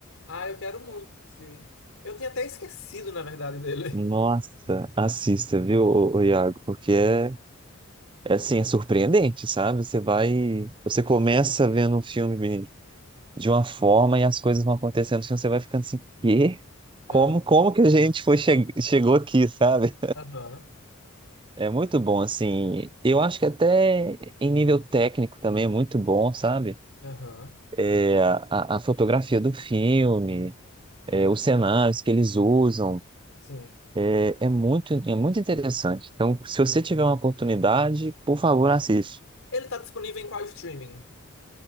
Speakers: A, on the left (about 70°); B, on the right (about 20°).
A: Ah, eu quero muito assistir. Eu tinha até esquecido, na verdade, dele.
B: Nossa, assista, viu, ô- ô Iago? Porque é, é assim, é surpreendente, sabe? Você vai, você começa vendo um filme de uma forma e as coisas vão acontecendo, assim, você vai ficando assim, quê? Como,
A: Ah,
B: como que a gente foi che- chegou aqui, sabe?
A: Aham.
B: É muito bom, assim. Eu acho que até em nível técnico também é muito bom, sabe?
A: Aham.
B: É, a, a fotografia do filme, é, os cenários que eles usam.
A: Sim.
B: É, é muito, é muito interessante. Então, se você tiver uma oportunidade, por favor, assiste.
A: Ele tá disponível em qual streaming?